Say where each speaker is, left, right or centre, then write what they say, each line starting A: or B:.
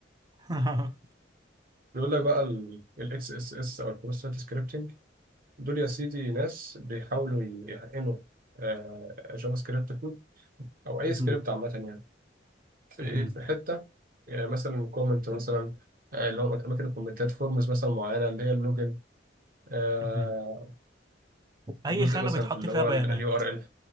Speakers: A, on the right; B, on the right.
A: <laughs>
B: بيقول لك بقى الاكس اس اس او البروسيس سكريبتنج دول يا سيدي ناس بيحاولوا يحقنوا آه، جافا سكريبت كود او اي
A: مهم.
B: سكريبت عامه يعني في ايه
A: مهم.
B: في حته آه، مثلا كومنت مثلا آه، اللي هو اماكن الكومنتات فورمز مثلا معينه اللي هي اللوجن آه،
A: مهم. اي
B: جزء
A: خانة
B: مثلا
A: بيتحط
B: في اللي
A: فيها
B: هو
A: بيانات
B: اليو ار ال